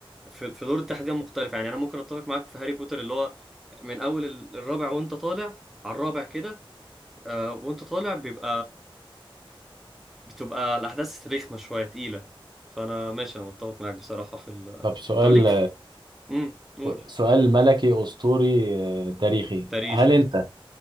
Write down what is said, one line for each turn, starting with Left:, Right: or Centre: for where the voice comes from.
Centre: في, في لورد تحديدا مختلفه يعني انا ممكن اتفق معاك في هاري بوتر اللي هو من اول ال- الرابع وانت طالع على الرابع كده آه وانت طالع بيبقى بتبقى الأحداث رخمة شوية تقيلة فأنا ماشي أنا متفق معاك بصراحة في ال
Right: طب سؤال
Centre: طب ليك في... مم. قول
Right: سؤال ملكي أسطوري آه، تاريخي
Centre: تاريخي
Right: هل أنت